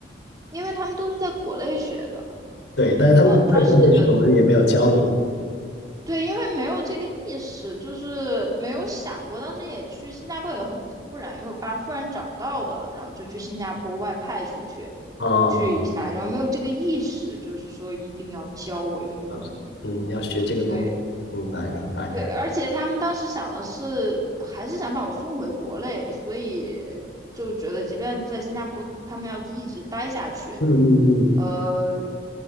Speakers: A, on the right (about 20°); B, on the left (about 85°).
A: 因为他们都是在国内学的，
B: 对，但是他们在国内学文也没有教你
A: 嗯，当时的对，因为没有这个意识，就是没有想过。当时也去新加坡也很突然，因为我爸忽然找到的，然后就去新加坡外派出去
B: 啊，
A: 去一下，然后没有这个意识，就是说一定要教我英文。
B: 啊嗯，要学这个东西，
A: 对
B: 明白明白，
A: 对，而且他们当时想的是，还是想把我送回国内，所以就觉得即便在新加坡，他们要一直待下去，
B: 嗯嗯嗯，
A: 呃，